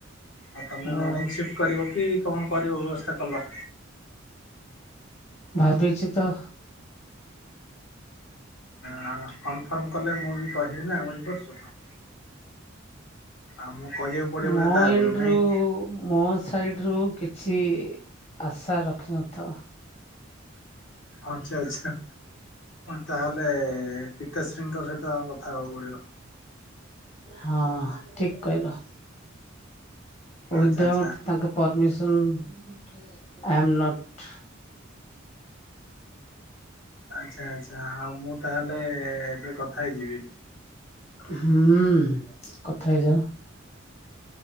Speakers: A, on the left; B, on the left.
A: ଆଉ ତମେ
B: ଓ
A: ମର୍ଣ୍ଣିଂ ସିଫ୍ଟ କରିବ କି କଣ କରିବ ବ୍ୟବସ୍ଥା କଲ।
B: ଭାବିଛି ତ।
A: ହଁ କନଫର୍ମ କଲେ ମୁଁ ବି କହିବି ନା ବୁଝିପାରୁଛ ତ। ଆଉ ମୁଁ କହିବାକୁ ପଡିବ ବୋଧେ
B: ମୋ
A: ତା ଆଗରୁ
B: ଏଣ୍ଡରୁ
A: ନାଇଁ।
B: ମୋ ସାଇଡ ରୁ କିଛି ଆଶା ରଖିନଥାଅ।
A: ଆନଛା ଆଚ୍ଛା ତାହେଲେ ପିତାଶ୍ରୀଙ୍କ ସହିତ କଥା ହେବାକୁ ପଡିବ।
B: ହଁ ଠିକ କହିଲ, ଉଇଦାଆଉଟ୍
A: ଆଚ୍ଛା ଆଚ୍ଛା।
B: ତାଙ୍କ ପରମିଶନ୍ ଆଇ ଆମ ନଟ୍,
A: ଆଚ୍ଛା ଆଚ୍ଛା ହଉ ମୁଁ ତାହେଲେ ଏବେ କଥା ହେଇଯିବି।
B: ହୁଁ କଥା ହେଇଯାଅ।